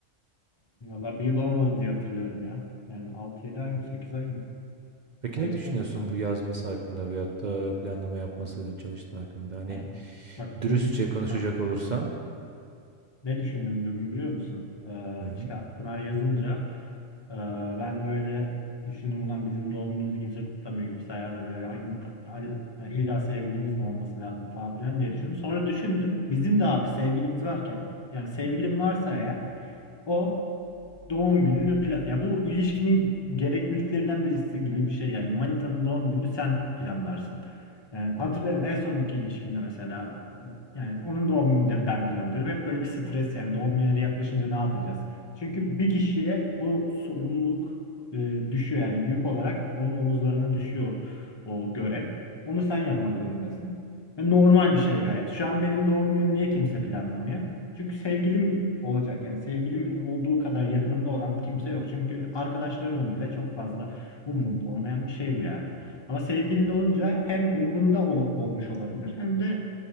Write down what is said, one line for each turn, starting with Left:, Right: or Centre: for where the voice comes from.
Left: Valla bir yıl olmadı diye hatırlıyorum ya. Yani 6 yedi ay mı 8 ay mı?
Right: Peki
Left: Öyle
Right: ne düşünüyorsun
Left: bir şey olması lazım.
Right: bu yazması hakkında veyahut da planlama yapması çalıştığı hakkında? Hani
Left: Yani bak
Right: dürüstçe
Left: bugün
Right: konuşacak
Left: ha,
Right: olursan.
Left: Ne düşündüm bugün biliyor musun? Ee,
Right: Hı hı.
Left: çıkar, Pınar yazınca ee, ben böyle düşündüm ulan bizim doğum günümüzü kimse kutlamıyor, kimse ayarlamıyor. Ay, ay- ay- illa sevgilimiz mi olması lazım falan filan diye düşündüm. Sonra düşündüm. Bizim de abi sevgilimiz varken yani sevgilim varsa eğer o doğum gününü plan... Ya bu ilişkinin gerekliliklerinden birisi gibi bir şey yani. Manitanın doğum gününü sen planlarsın. Yani hatırlıyorum en sonki ilişkimde mesela e, yani onun doğum gününü de ben planlıyorum. Hep böyle bir stres yani doğum günleri yaklaşınca ne yapacağız? Çünkü bir kişiye o sorumluluk e, düşüyor yani yük olarak onun omuzlarına düşüyor o görev. Onu sen yapmak zorundasın. Ve normal bir şey gayet. Şu an benim doğum günümü niye kimse planlamıyor? Çünkü sevgilim olacak yani sevgilimin olduğu kadar yakınımda olan kimse yok. Çünkü arkadaşlarımın bile çok fazla umurunda olmayan bir şey bu yani. Ama sevgilin olunca hem umurunda ol- olmuş olabilir hem de